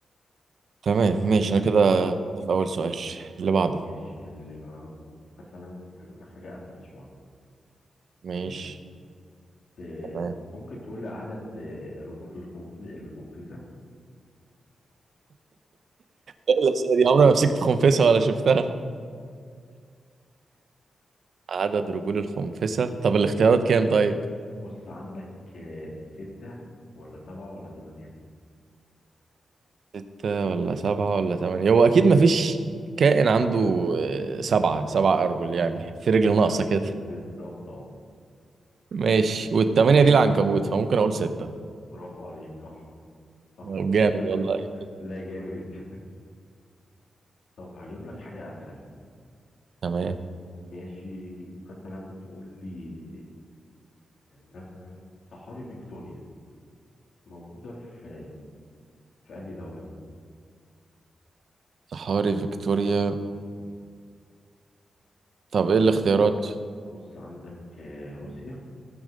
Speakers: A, on the right; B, on the left.
A: تمام
B: واخد
A: ماشي
B: بالك
A: انا كده في اول سؤال اللي بعده
B: مش اللي بعده مثلا هجيب لك حاجه اسهل شويه
A: ماشي
B: ماشي ت-
A: تمام
B: ممكن تقول لي عدد آه، رجول الخنف الخنفسه
A: إيه الأسئلة دي عمري ما مسكت خنفسة ولا شفتها عدد رجول الخنفسة طب الاختيارات كام طيب
B: بص عندك آه، سته ولا سبعه ولا ثمانيه
A: ستة ولا سبعة ولا تمانية هو أكيد مفيش كائن
B: مم.
A: عنده آه، سبعة سبعة أرجل يعني في رجل ناقصة
B: آه،
A: كده
B: بالظبط اه
A: ماشي والتمانية دي العنكبوت فممكن أقول ستة
B: برافو عليك صح صح
A: يلا طب جامد
B: <laughs>
A: والله أيوة.
B: لا جامد طب هجيب لك حاجه اسهل
A: تمام
B: ماشي مثلا تقول لي آه، مثلا صحاري فيكتوريا موجودة في في أنهي دولة؟
A: صحاري فيكتوريا
B: مم.
A: طب إيه الاختيارات؟
B: بص عندك آه، روسيا